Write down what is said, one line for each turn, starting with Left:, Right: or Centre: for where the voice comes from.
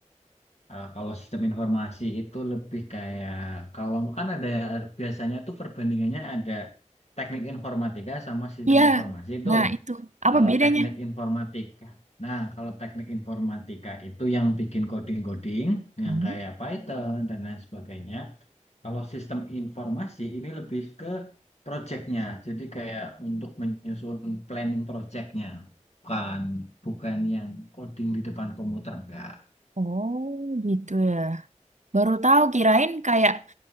Left: Uh, kalau sistem informasi itu lebih kayak kalau kan ada biasanya tuh perbandingannya ada teknik informatika sama sistem
Right: Iya,
Left: informasi itu.
Right: nah itu apa
Left: Kalau
Right: bedanya?
Left: teknik informatika, nah kalau teknik informatika itu yang bikin coding-coding yang
Right: Hmm.
Left: kayak Python dan lain sebagainya. Kalau sistem informasi ini lebih ke projectnya, jadi kayak untuk menyusun planning projectnya, bukan bukan yang coding di depan komputer enggak.
Right: Oh gitu ya. Baru tahu kirain kayak